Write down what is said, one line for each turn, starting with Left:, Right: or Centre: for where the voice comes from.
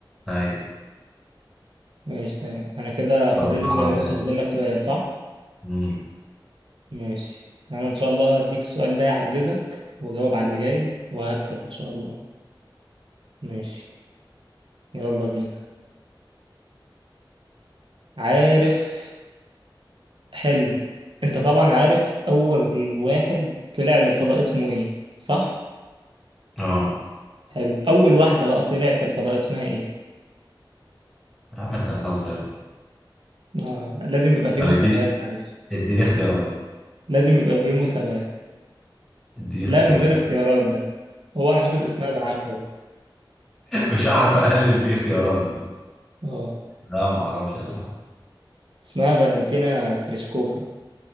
Centre: أيوة
Right: ماشي تمام انا كده فاضل
Centre: أربعة
Right: لي سؤال وانت
Centre: ثلاثة
Right: فاضل لك سؤال صح
Centre: امم
Right: ماشي انا ان شاء الله هديك السؤال ده يعجزك واجاوب على اللي جاي وهكسب ان شاء الله ماشي يلا بينا عارف حلو انت طبعا عارف اول واحد طلع للفضاء اسمه ايه صح
Centre: اه
Right: حلو اول واحدة بقى طلعت الفضاء اسمها ايه
Centre: يا عم انت هتهزر
Right: ما لازم يبقى فيه
Centre: طب
Right: مساواة
Centre: اديني
Right: معلش
Centre: اديني اختيارات
Right: لازم يبقى فيه مساواة
Centre: اديني اختيارات
Right: لا من غير اختيارات ده هو انا حافظ اسمها بالعافية بس
Centre: <laughs> مش هعرف اقلب في اختيارات ده
Right: اه
Centre: لا ما اعرفش يا صاحبي
Right: اسمها فالنتينا تريشكوفا